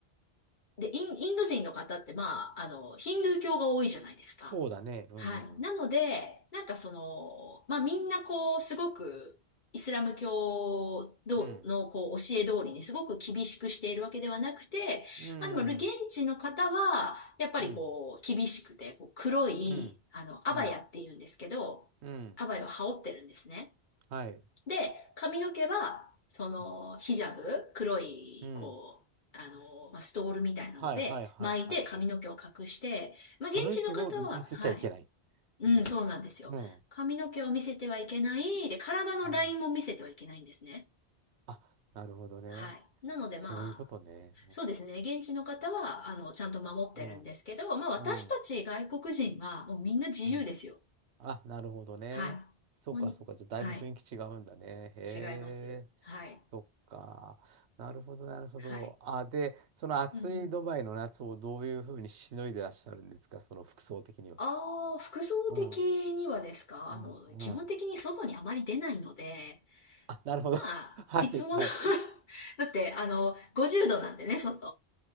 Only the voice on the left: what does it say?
で、イン、インド人の方って、まあ、あの、ヒンドゥー教が多いじゃないですか。
はい。なので、なんかその、まあ、みんなこう、すごく、イスラム教どのこう教え通りにすごく厳しくしているわけではなくて、
まあでも現地の方は、やっぱりこう、
厳しくて、こう黒い、
あの、アバヤって言うんですけど、
アバヤを羽織ってるんですね。
で、髪の毛は、その、
ヒジャブ、黒い、
こう、あの、まあ、ストールみたいなので、
巻いて髪の毛を隠して、まあ、現地の方は、
はい。うん、
そうなんですよ。
髪の毛を見せてはいけない。で、体のラインも見せてはいけないんですね。
はい。なので、
まあ、そうですね。現地の方は、あの、ちゃんと守ってるんですけど、
まあ、私たち外国人は、
もうみんな自由ですよ。
はい。
もうに、
はい。
違います。
はい。
はい。
うんうん。
ああ、服装的にはですかあの、
基本的に外にあまり出ないので、
まあ、
いつもの <laughs> だって、あの、50度なんでね、外。